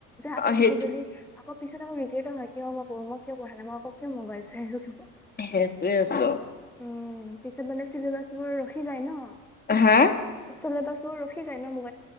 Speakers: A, in the centre; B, on the left.
A: আকৌ
B: সেইটো
A: পিছত যদি আকৌ পিছতে মোৰ ৰিগ্ৰেট হয়। কিয় মই <unintelligible> মোবল চাই আছো
B: সেইটোয়েটো।
A: উম পিছত মানে চিলেবাচ বোৰ ৰখি যায় ন
B: হা
A: চিলেবাচ বোৰ ৰখি যায় ন মোক